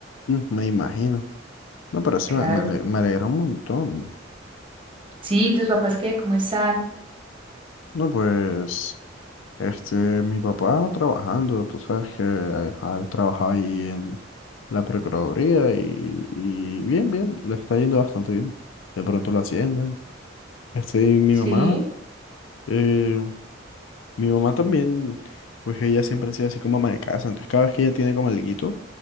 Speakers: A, on the left; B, on the right.
A: Mm, Me imagino. No, pero sí,
B: Claro.
A: me, me ale- me alegra un montón.
B: Sí, ¿tus papás qué? ¿Cómo están?
A: No, pues, este, mi papá trabajando, tú sabes que ajá, él trabaja ahí en la Procuraduría y, y bien, bien, le está yendo bastante bien. De pronto lo ascienden. Este, y mi
B: Sí.
A: mamá. eh, Mi mamá también, pues ella siempre ha sido así como ama de casa, entonces cada vez que ella tiene como alguito,